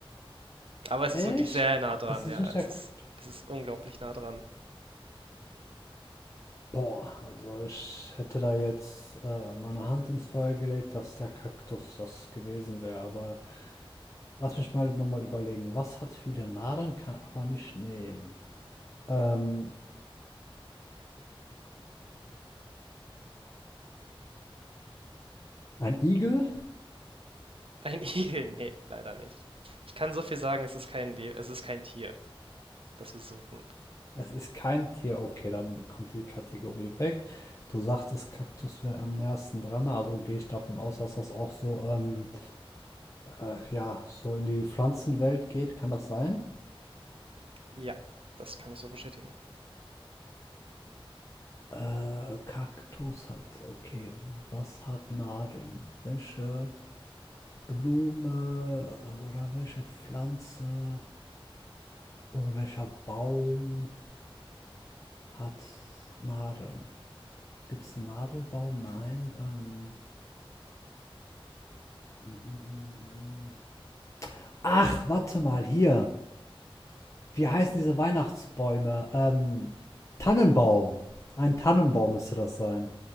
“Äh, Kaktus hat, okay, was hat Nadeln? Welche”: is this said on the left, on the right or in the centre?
Left